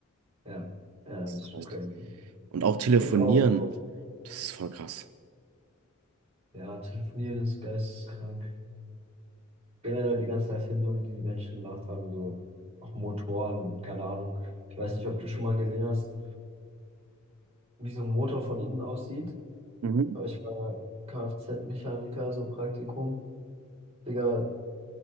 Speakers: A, on the right (about 30°); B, on the right (about 75°).
A: Ja, ja,
B: Das
A: das
B: ist
A: ist schon
B: halt.
A: crazy. Ich
B: Und auch telefonieren,
A: finde auch, so,
B: das ist voll krass.
A: ja, telefonieren ist geisteskrank. Generell die ganzen Erfindungen, die die Menschen gemacht haben, so auch Motoren, keine Ahnung. Ich weiß nicht, ob du schon mal gesehen hast, wie so ein Motor von innen aussieht.
B: Mhm.
A: Aber ich war Kfz-Mechaniker, so Praktikum. Digga,